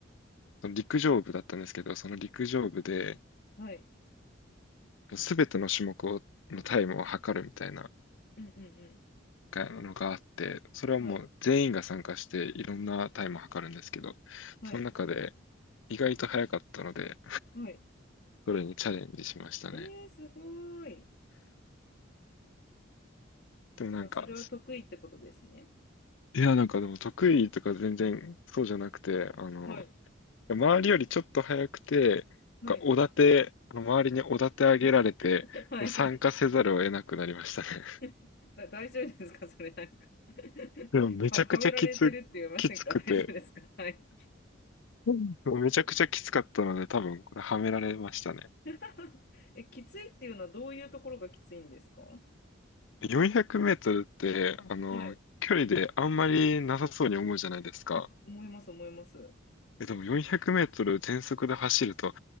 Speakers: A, on the left; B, on the left.
A: その陸上部だったんですけど、その陸上部で、
B: はい。
A: すべての種目を、のタイムを測るみたいな
B: うんうんうん。
A: がのがあって、それはもう全員が参加して、
B: はい、
A: いろんなタイムを測るんですけど、
B: はい、
A: その中で意外と早かったので、
B: はい。
A: それにチャレンジしましたね。
B: ええ、すごい。
A: でもなんか、
B: じゃあ、それは得意ってことですね。
A: いや、なんかでも得意とか全然そうじゃなくて、あの、
B: はい、
A: 周りよりちょっと早くて、
B: はい。
A: なんかおだて、周りにおだて上げられて、
B: <laughs> はい。
A: 参加せざるを得なくなりましたね。<laughs>
B: <laughs> だ大丈夫ですか <laughs> それなんか <laughs>
A: でもめちゃくちゃきつ、
B: は、はめられてるって言いませんか
A: きつくて、
B: <laughs> 大丈夫ですか <laughs> はい。
A: うんめちゃくちゃきつかったので、多分これはめられましたね。
B: <laughs> え、きついっていうのはどういうところがきついんですか
A: 400メートルって、あの、
B: はい。
A: 距離であんまりなさそうに思うじゃないですか。
B: あ、思います、思います。
A: え、でも400メートル全速で走ると